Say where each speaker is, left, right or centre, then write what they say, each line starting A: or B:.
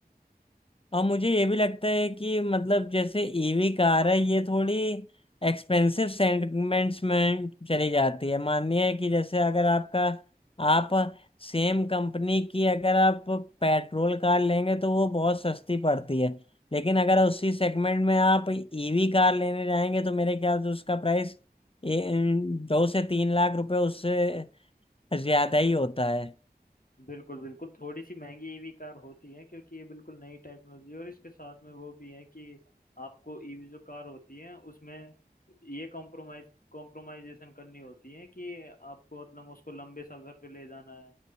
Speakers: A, on the left; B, on the left.
A: और मुझे ये भी लगता है कि मतलब जैसे ईवी कार है ये थोड़ी एक्सपेंसिव सेगमेंट्स में चली जाती है मानिए कि जैसे अगर आपका आप सेम कंपनी की अगर आप पेट्रोल कार लेंगे तो वो बहुत सस्ती पड़ती है लेकिन अगर उसी सेगमेंट में आप ईवी कार लेने जाएंगे तो मेरे ख्याल से उसका प्राइस दो से तीन लाख रुपए उससे ज्यादा ही होता है
B: बिल्कुल बिल्कुल थोड़ी सी महंगी ईवी कार होती है क्योंकि ये बिल्कुल नई टेक्नोलॉजी है और इसके साथ में वो भी है कि आपको ईवी जो कार होती है उसमें ये कॉम्प्रोमाइज कॉम्प्रोमाइजेशन करनी होती है कि आपको मतलब उसको लंबे सफर पे ले जाना है